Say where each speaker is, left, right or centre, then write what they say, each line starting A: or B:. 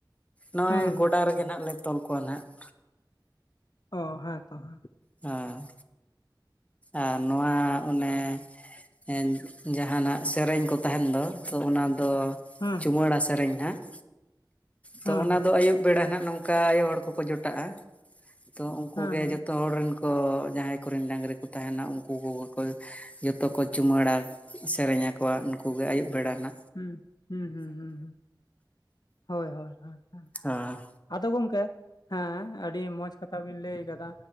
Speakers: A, on the left (about 15°); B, on the left (about 60°).
A: ᱱᱚᱜᱼᱚᱭ
B: ᱦᱩᱸ ᱦᱩᱸ
A: ᱜᱚᱰᱟ ᱨᱮᱜᱮ ᱱᱷᱟᱜ ᱞᱮ ᱛᱚᱞ ᱠᱚᱣᱟ ᱱᱷᱟᱜ ᱾
B: ᱚ ᱦᱮᱸ ᱛᱚ ᱾
A: ᱟᱸᱻ ᱟᱨ ᱱᱚᱣᱟ ᱚᱱᱮ ᱮᱸᱱ ᱡᱟᱦᱟᱸᱱᱟᱜ ᱥᱮᱨᱮᱧ ᱠᱚ ᱛᱟᱦᱮᱱ ᱫᱚ ᱛᱚ ᱚᱱᱟ ᱫᱚ
B: ᱦᱩᱸ
A: ᱪᱩᱢᱟᱣᱹᱲᱟ ᱥᱮᱨᱮᱧ ᱱᱷᱟᱜ ᱾ ᱛᱚ
B: ᱦᱩᱸ
A: ᱚᱱᱟ ᱫᱚ ᱟᱹᱭᱩᱵ ᱵᱮᱲᱟ ᱱᱷᱟᱜ ᱱᱚᱝᱠᱟ ᱟᱭᱳ ᱦᱚᱲ ᱠᱚᱠᱚ ᱡᱚᱴᱟᱜᱼᱟ ᱛᱚ ᱩᱝᱠᱩ
B: ᱦᱮᱸ
A: ᱜᱮ
B: ᱦᱮᱸ
A: ᱡᱚᱛᱚ ᱦᱚᱲ ᱨᱮᱱ ᱠᱚ, ᱡᱟᱦᱟᱸᱭ ᱠᱚᱨᱮᱱ ᱰᱟᱹᱟᱝᱨᱤ ᱠᱚ ᱛᱟᱦᱮᱱᱟ ᱩᱝᱠᱩ ᱠᱚᱜᱮ ᱠᱚ᱾ ᱡᱚᱛᱚ ᱠᱚ ᱪᱩᱢᱟᱹᱲᱟ ᱥᱮᱨᱮᱧᱟ ᱟᱠᱚᱣᱟ ᱱᱩᱠᱩ ᱜᱮ ᱟᱹᱭᱩᱵ ᱵᱮᱲᱟ ᱱᱟ᱾
B: ᱦᱩᱸ ᱦᱩᱸ ᱦᱩᱸ ᱦᱩᱸ ᱦᱩᱸᱦᱳᱭ ᱦᱳᱭ ᱦᱳᱭ ᱦᱳᱭ᱾
A: ᱟᱸ
B: ᱟᱫᱚ ᱜᱚᱝᱠᱮ ᱦᱮᱸ ᱟᱹᱰᱤ ᱢᱚᱡᱽ ᱠᱟᱛᱷᱟ ᱵᱤᱱ ᱞᱟᱹᱭ ᱠᱟᱫᱟ